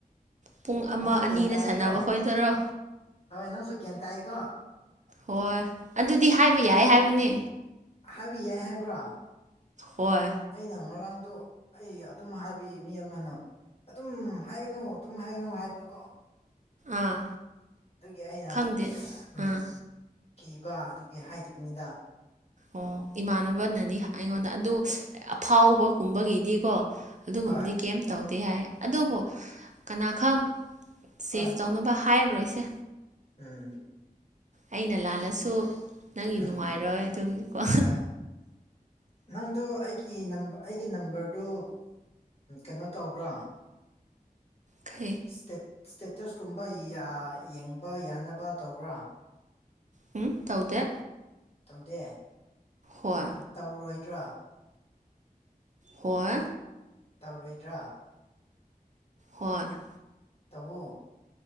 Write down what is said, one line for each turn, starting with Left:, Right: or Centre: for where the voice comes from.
Right: ꯄꯨꯡ ꯑꯃ
Left: ꯅꯪꯁꯨ
Right: ꯑꯅꯤꯗ
Left: ꯒ꯭ꯌꯥꯟ ꯇꯥꯏꯀꯣ
Right: ꯁꯥꯟꯅꯕ ꯈꯣꯏꯗꯣꯏꯔꯣ
Left: ꯍꯣꯏ ꯅꯪꯁꯨ ꯭ꯦꯟꯟ ꯇꯥꯏꯀꯣ
Right: ꯍꯣꯏ ꯑꯗꯨꯗꯤ ꯍꯥꯏꯕ ꯌꯥꯏ ꯍꯥꯏꯕꯅꯤ
Left: ꯍꯥꯏꯕꯤ ꯌꯥꯏ ꯍꯥꯏꯕ꯭ꯔꯥ
Right: ꯍꯣꯏ
Left: ꯑꯩꯅ ꯉꯔꯥꯡꯗꯣ ꯑꯩ ꯑꯗꯨꯝ ꯍꯥꯏꯕ ꯃꯤ ꯑꯃꯅ ꯑꯗꯨꯝ ꯍꯥꯏꯒꯅꯨ ꯑꯗꯨꯝ ꯍꯥꯏꯒꯅꯨ ꯍꯥꯏꯕꯀꯣ
Right: ꯑꯥ
Left: ꯑꯗꯨꯒꯤ ꯑꯩꯅ
Right: ꯈꯪꯗꯦ
Left: ꯎ
Right: ꯑꯥ
Left: ꯀꯤꯕ ꯑꯗꯨꯒꯤ ꯍꯥꯏꯗꯕꯅꯤꯗ
Right: ꯑꯣ ꯏꯃꯥꯟꯅꯕꯅꯗꯤ ꯑꯩꯉꯣꯟꯗ ꯑꯗꯨ ꯑꯐꯥꯎꯕꯒꯨꯝꯕꯒꯤꯗꯤꯀꯣ ꯑꯗꯨꯒꯨꯝꯕꯗꯤ
Left: ꯍꯣꯏ
Right: ꯀꯩꯝ ꯇꯧꯗꯦ ꯍꯥꯏ ꯑꯗꯨꯕꯨ ꯀꯅꯥ ꯈꯪ ꯁꯦꯐ
Left: ꯍꯣꯏ
Right: ꯇꯧꯅꯕ ꯍꯥꯏꯔꯔꯣꯏꯁꯦ
Left: ꯎꯝ
Right: ꯑꯩꯅ ꯂꯥꯜꯂꯁꯨ ꯅꯪꯒꯤ ꯅꯨꯡꯉꯥꯏꯔꯣꯏ
Left: ꯎꯝ
Right: ꯑꯗꯨꯒꯤꯀꯣ
Left: ꯍꯣꯏ ꯅꯪꯗꯣ ꯑꯩꯒꯤ ꯑꯩꯒꯤ ꯅꯝꯕꯔꯗꯨꯣ ꯀꯩꯅꯣ ꯇꯧꯕ꯭ꯔꯥ
Right: ꯀꯩ
Left: ꯁꯇꯦꯠ ꯁ꯭ꯇꯦꯇꯁ ꯀꯨꯝꯕ ꯌꯦꯡꯕ ꯌꯥꯅꯕ ꯇꯧꯕ꯭ꯔꯥ
Right: ꯎꯝ ꯇꯧꯗꯦ
Left: ꯇꯧꯗꯦ
Right: ꯍꯣꯏ
Left: ꯇꯧꯔꯣꯏꯗ꯭ꯔꯥ
Right: ꯍꯣꯏ
Left: ꯇꯧꯔꯣꯏꯗ꯭ꯔꯥ
Right: ꯍꯔ
Left: ꯇꯎ